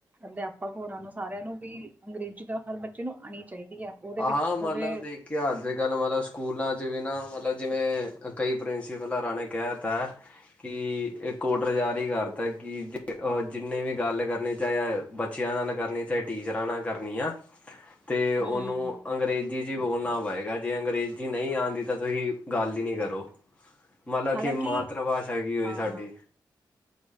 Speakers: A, on the right; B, on the left.
A: ਅਧਿਆਪਕ ਹੋਰਾਂ ਨੂੰ ਸਾਰਿਆਂ ਨੂੰ ਵੀ ਅੰਗਰੇਜ਼ੀ ਤਾਂ ਹਰ ਬੱਚੇ ਨੂੰ ਆਉਣੀ ਚਾਹੀਦੀ ਹੈ। ਉਹਦੇ
B: ਹਾਂ,
A: ਵਿੱਚ
B: ਮਤਲਬ
A: ਉਹਦੇ
B: ਦੇਖ- ਇਤਹਾਸ ਕਰਕੇ ਅੱਜ ਕੱਲ ਮਤਲਬ ਸਕੂਲਾਂ 'ਚ ਵੀ ਨਾ, ਮਤਲਬ ਜਿਵੇ ਕਈ ਪ੍ਰਿੰਸੀਪਲ ਰਾ ਨੇ ਕਹਿ, ਤਾਂ- ਕਿ ਇਹ ਉਡਰ ਜਾਰੀ ਹੀ ਕਰ ਦਿਤਾ ਕਿ ਅ ਜਿਨੇ ਵੀ ਗੱਲ ਕਰਨੀ ਚਾਹੇ ਬੱਚਿਆਂ ਨਾਲ ਕਰਨੀ, ਚਾਹੇ ਟੀਚਰਾਂ ਨਾਲ ਕਰਨੀ ਆ।
A: <inaudible>
B: ਤੇ ਉਹਨੂੰ
A: ਹਮ
B: ਅੰਗਰੇਜ਼ੀ ਚ ਹੀ ਬੋਲਣਾ ਪਏਗਾ ਜੇ ਅੰਗਰੇਜ਼ੀ ਨਹੀ ਆਉਦੀ ਤਾ ਤੁਸੀ ਗੱਲ ਹੀ ਨੀ ਕਰੋ।
A: <inaudible>
B: ਮਲਬ
A: ਹਾਲਾਂਕਿ
B: ਕਿ ਮਾਤਰ ਭਾਸ਼ਾ ਕੀ ਹੋਈ
A: ਹਾਂ
B: ਸਾਡੀ?